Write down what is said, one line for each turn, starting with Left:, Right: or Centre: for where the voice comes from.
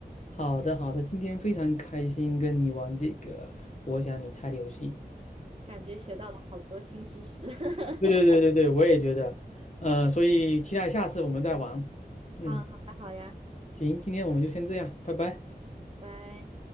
Left: 好的好的，今天非常开心跟你玩这个我想你猜的游戏。
Right: 感觉学到了好多新知识。<laughs>
Left: 对对对对对，我也觉得，呃，所以期待下次我们再玩。嗯，
Right: 嗯，好呀，好呀，
Left: 行，今天我们就先这样，拜拜。
Right: 拜拜。